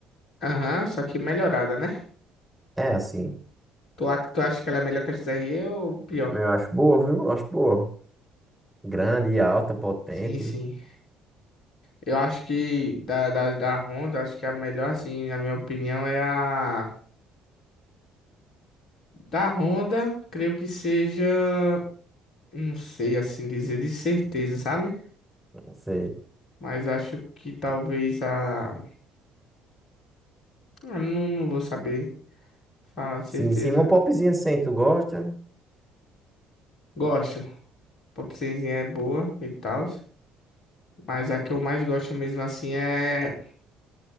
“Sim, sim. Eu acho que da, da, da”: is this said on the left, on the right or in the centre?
Left